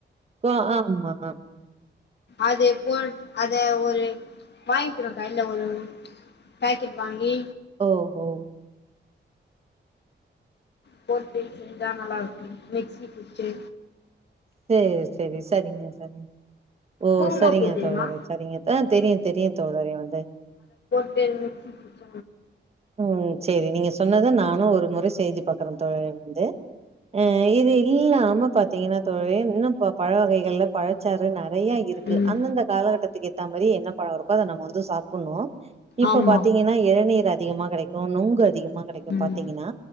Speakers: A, on the right (about 35°); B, on the left (about 65°).
A: ஓ ஆமா
B: அது போ அத ஒரு வாங்கிக்கிறோக்கா இல்ல ஒரு பேக்கெட் வாங்கி
A: ஓஹோ
B: போட்டு செஞ்சா நல்லா இருக்கு மிக்சி குச்சே
A: சேரி சேரி சரிங்க சரிங்க ஓ
B: குங்குமப்பூ
A: செரிங்க
B: தெரியுமா
A: தோழரே செரிங்க அ தெரியு தெரியு தோழரே வந்து
B: மிக்சி குச்ச
A: ம் சேரி நீங்க சொன்னத நானு ஒரு முறை செஞ்சு பாக்குறே தோழரே வந்து ம் இது இல்லாம பாத்தீங்கன்னா தோழரே இன்னு பழ வகைகள்ல பழச்சாறு நெறை நெறையா இருக்கு
B: ம்
A: அந்தந்த காலகட்டத்துக்கு ஏத்த மாரி என்ன பழ இருக்கோ அத நம்ம வந்து சாப்ட்ணு இப்ப
B: ஆமா
A: பாத்தீங்கன்னா இளநீர் அதிகமா கிடைக்கு நொங்கு அதிகமா கிடைக்கு
B: ம்
A: பாத்தீங்கன்னா